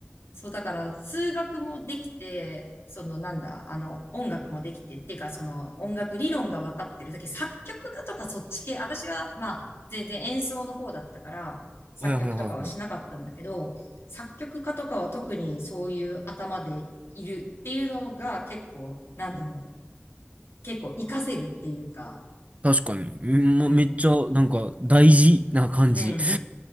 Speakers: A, on the left; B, on the right.
A: そう、だから、数学もできて、その、なんだ、あの、音楽もできて、っていうか、その、音楽理論が分かってる。だけど作曲家とかそっち系、私は、まあ、全然演奏の方だったから、作曲とかはしなかったんだけど、
B: はいはいはいはい。
A: 作曲家とかは特にそういう頭でいるっていうのが結構、なんだろう、結構活かせるっていうか、
B: 確かに。うんもうめっちゃ、
A: うん、
B: なんか、大事な感じ。
A: うん。